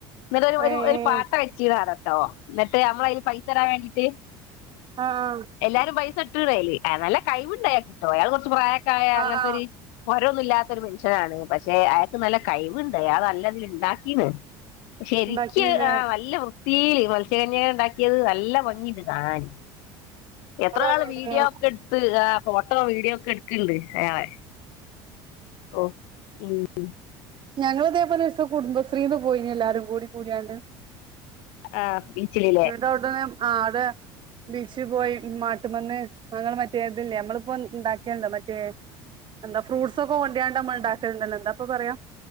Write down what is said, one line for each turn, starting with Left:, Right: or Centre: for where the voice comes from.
Left: ഇന്നട്ട് ഒരു
Right: ഏ
Left: ഒരു പാട്ട വെച്ചീണാടെ ട്ടോ ഇന്നിട്ട് നമ്മള് അയില് പൈസ ഇടാൻ വേണ്ടിട്ട്.
Right: ആഹ്
Left: എല്ലാരും പൈസ ഇട്ട്ണ് അയില്. ഏ നല്ല കഴിവ് ഇണ്ട് അയാക്ക്ട്ടോ അയാള് കൊർച്ച് പ്രായൊക്കായ
Right: ആ ആ
Left: അങ്ങത്തൊര്
Right: ആ
Left: പൊരൊന്നുല്ലാത്തൊരു മൻഷ്യനാണ്. പക്ഷെ അയാക്ക് നല്ല കഴിവ്ണ്ട്. അയാള് നല്ലതില് ഇണ്ടാക്കീണ്. ശെരിക്ക്
Right: ഉണ്ടാക്കീനല്ലേ
Left: ആഹ് നല്ല വൃത്തീല് മത്സ്യകന്യനെ ഇണ്ടാക്കിയത് നല്ല ഭംഗി ഇണ്ട് കാണാന്. എത്ര
Right: നല്ല ഭംഗിയുണ്ടല്ലേ
Left: ആള് വീഡിയോ ഒക്കെ എട്ത്ത് ആഹ് ഫോട്ടോ വീഡിയോ ഒക്കെ ഇട്ക്ക്ണ്ട് അയാളെ. ഓഹ് ഉം ഉം
Right: ഞങ്ങളിതേ പോലെ ഒരീസം കുടുംബശ്രീന്ന് പോയിനി എല്ലാരും കൂടി കൂടിയാണ്ട്.
Left: ആഹ്, ബീച്ചില്
Right: <unintelligible> ബീച്ച് പോയി മാട്ട്മ്മന്ന് അങ്ങനെ മറ്റേ ഇത് ല്ലേ നമ്മള്പ്പോ ഇണ്ടാക്കിയേണ്ടേ മറ്റേ എന്താ ഫ്രൂട്സ് ഒക്കെ കൊണ്ടയാണ്ട് നമ്മള് ഇണ്ടാക്കൽണ്ടല്ലോ എന്താപ്പൊ പറയ